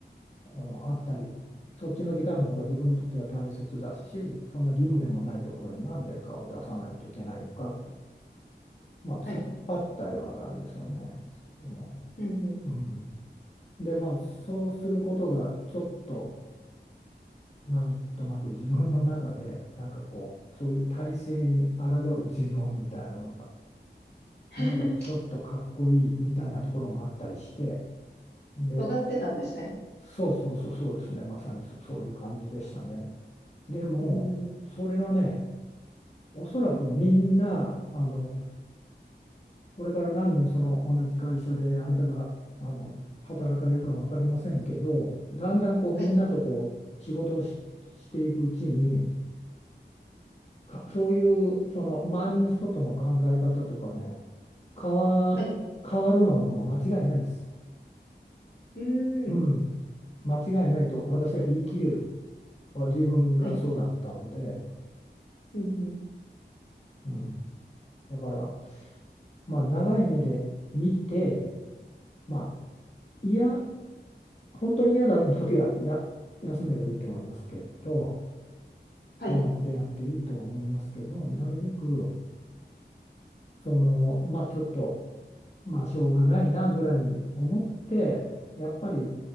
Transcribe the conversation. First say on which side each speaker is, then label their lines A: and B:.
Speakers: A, on the left; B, on the left.
A: あの会ったり、そっちの時間の方が自分にとっては大切だし、そんな義務でもないところになんで顔を出さないといけないのかと、まあ、突っ張ったような感じですよね。
B: はい。
A: も
B: うん、うん。
A: う、うん、で、まあそうすることがちょっとなんとなく自分の中でなんかこうそういう体制に抗う自分みたいなのが
B: <laughs>
A: なんかちょっとかっこいいみたいなところもあったりしてで
B: 尖ってたんですね。
A: そうそうそうそうですねまさにそ、そういう感じでしたねでもそれはね
B: うん、
A: おそらくみんなあのこれから何年その同じ会社であなたがあの働かれるかは分かりませんけどだんだんこうみんなとこう仕事をし、
B: はい、
A: していくうちにかそういうその周りの人との考え方とかね変わ、
B: はい。
A: 変わるのはもう間違いないです。
B: うー
A: うん、
B: ん、
A: 間違いないと私は言い切れる自分がそうだったので、
B: はい、うん、うん、
A: うん、だから、まあ、長い目で見て、まあ、いや本当に嫌だ時はや休めばいいと思いますけど
B: はい、
A: 出なく、出なくていいとは思いますけどなるべくその、まあ、ちょっとまあしょうがないなぐらいに思ってやっぱり